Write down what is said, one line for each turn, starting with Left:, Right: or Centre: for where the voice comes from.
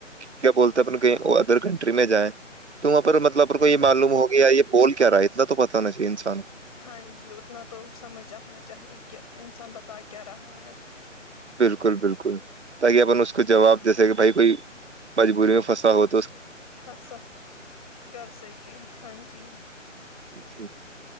Right: کیا بولتا ہیں اپن کو ادر کنٹری میں جائیں تو وہاں پر مطلب آ کو
Left: ہاں
Right: یہ معلوم ہوگیا یا یہ بول کیا رہ ہے ات تو پتا نہیں ہے ا انسان
Left: ہاں جی اتنا تو سمجھ آنا چاہیے کہ انسان بتا کیا رہا ہے
Right: بالکل بالکل تاکہ اپن اس کو جواب جیسے کہ بھائی کوئی مجبوری میں پھنسا ہوتا
Left: ہس کر سکے ہاں جی
Right: جی